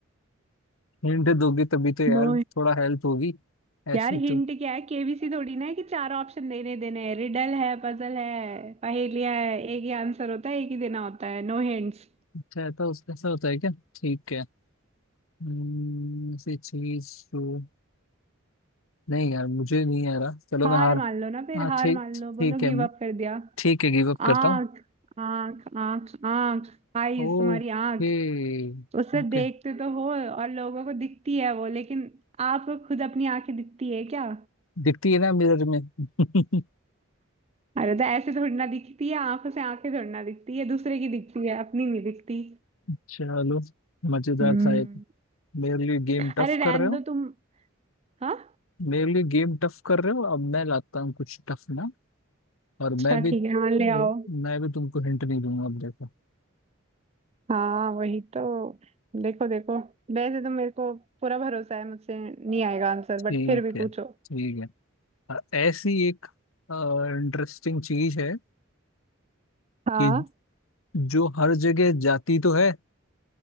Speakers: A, on the left; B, on the right.
A: <laughs> हिंट दोगे तभी तो यार
B: नो
A: थोड़ा हेल्प होगी ऐसे
B: यार
A: तो
B: हिंट क्या है केबीसी थोड़ी ना है कि चार ऑप्शन देने देने हैं रिडल है पजल है पहेलिया है एक ही आंसर होता है एक ही देना होता है No hints
A: अच्छा ऐसा ऐसा होता है क्या ठीक है हम्म, ऐसी चीज तो नहीं यार मुझे नहीं आ रहा चलो
B: हार
A: मैं हार
B: मान लो ना फिर
A: हाँ
B: हार
A: ठीक
B: मान लो बोलो
A: ठीक
B: गिव
A: है
B: अप कर दिया
A: ठीक है गिव अप करता
B: आंख
A: हूँ
B: आंख आंख आंख आईज
A: ओके
B: तुम्हारी आंख उसे
A: ओके
B: देखते तो हो और लोगों को दिखती है वो लेकिन आपको खुद अपनी आंखें दिखती है क्या
A: दिखती है ना मिरर में <laughs>
B: अरे तो ऐसे थोड़ी ना दिखती है आंखों से आंखें थोड़ी ना दिखती है दूसरे की दिखती है अपनी नहीं दिखती
A: चलो मजेदार
B: हम्म
A: था ये तो। मेरे लिए गेम
B: अरे
A: टफ
B: रहने
A: कर रहे हो
B: दो तुम हाँ
A: मेरे लिए गेम टफ कर रहे हो अब मैं लाता हूँ कुछ टफ ना और
B: अच्छा
A: मैं भी
B: ठीक है हाँ ले आओ
A: मैं भी तुमको हिंट नहीं दूंगा अब देखो
B: हाँ वही तो देखो देखो वैसे तो मेरे को पूरा भरोसा है मुझसे नहीं आएगा आंसर
A: ठीक
B: बट फिर भी पूछो
A: है ठीक है अ, ऐसी एक इंटरेस्टिंग चीज है
B: हाँ
A: कि जो हर जगह जाती तो है